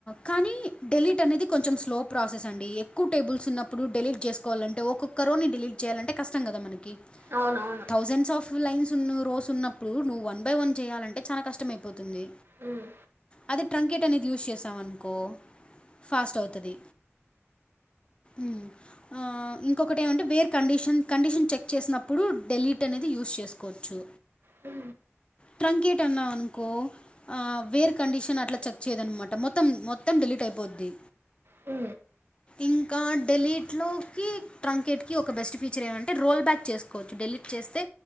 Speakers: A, on the left; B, on the right.
A: కానీ డెలీట్ అనేది కొంచెం స్లో ప్రాసెస్ అండి ఎక్కువ టేబుల్స్ ఉన్నప్పుడు డెలీట్ చేస్కోవాలంటే ఒకొక్ క్కోరోని డిలీట్ చేయాలంటే కష్టం కదా మనకి
B: అవునవును
A: థౌజండ్స్ ఆఫ్ లైన్స్ ఉన్న రోస్ ఉన్నప్పుడు నువు వన్ బై వన్ చేయాలంటే చానా కష్టమైపోతుంది
B: మ్మ్,
A: అదే ట్రంకెట్ అనేది యూస్ చేసాం అనుకో ఫాస్ట్ అవుతది ఊ ఆ ఇంకొకటి ఏమంటే వేర్ కండిషన్ కండిషన్ చెక్ చేసినప్పుడు డెలీట్ అనేది యూజ్ చేస్కోవచ్చు
B: హు
A: ట్రంకేట్ అన్నవనుకో ఆ వేర్ కండిషన్ అట్లా చెక్ చేయ్యదనమాట మొత్తం మొత్తం డిలీట్ అయిపోద్ది
B: హు
A: ఇంకా డెలీట్ లోకి ట్రంకెట్ కి ఒక బెస్ట్ ఫీచర్ ఏమంటే రోల్ బ్యాక్ చేస్ కోవచ్చు డెలీట్ చేస్తే